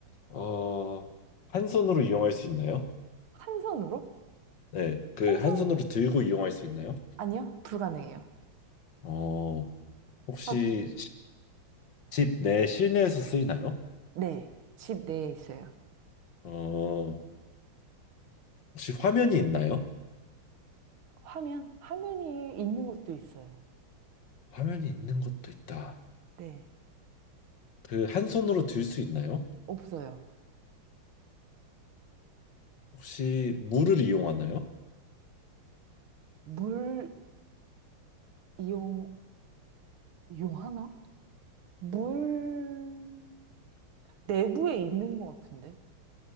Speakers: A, on the left; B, on the right.
A: 어, 한 손으로 이용할 수 있나요?
B: 한 손으로?
A: 네, 그
B: 한
A: 한
B: 손?
A: 손으로 들고 이용할 수 있나요?
B: 아니요? 불가능해요.
A: 어, 혹시
B: 아,
A: 집 내 실내에서 쓰이나요?
B: 네. 집 내에 있어요.
A: 어, 혹시 화면이 있나요?
B: 화면? 화면이 있는 곳도 있어요.
A: 화면이 있는 것도 있다.
B: 네.
A: 그 한 손으로 들 수 있나요?
B: 없어요.
A: 혹시 물을 이용하나요?
B: 물, 이용, 이용하나? 물 내부에 있는 것 같은데?